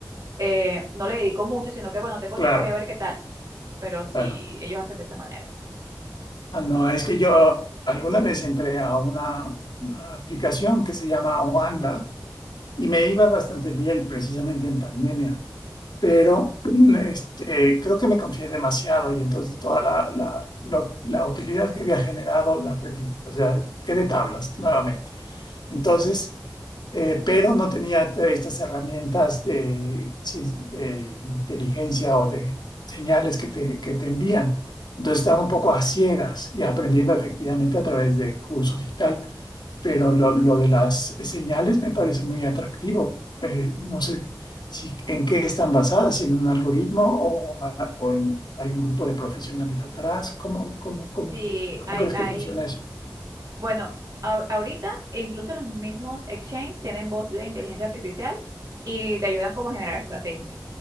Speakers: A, on the right; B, on the left.
A: eh, no le dedico mucho, sino que, bueno, tengo tiempo,
B: Claro,
A: voy a ver qué tal. Pero si
B: claro.
A: ellos hacen de esa manera.
B: Ah, no, es que yo alguna vez entré a una aplicación que se llama Wanda y me iba bastante bien precisamente en pandemia, pero mm, este, creo que me confié demasiado y entonces toda la, la, lo- la utilidad que había generado la perdí, o sea, quedé tablas nuevamente. Entonces, eh, pero no tenía t- estas herramientas de, ci- de inteligencia o de señales que te, que te envían. Entonces estaba un poco a ciegas y aprendiendo efectivamente a través de cursos y tal pero lo, lo de las señales me parece muy atractivo. Eh, no sé si, en qué están basadas, si en un algoritmo o, a- o en, hay un grupo de profesionales atrás. ¿Cómo, cómo, cómo,
A: Sí,
B: cómo
A: hay,
B: crees
A: hay
B: que funciona eso? <clears throat>
A: Bueno, a- ahorita e incluso los mismos exchanges tienen bots de inteligencia artificial y te ayudan como a generar estrategias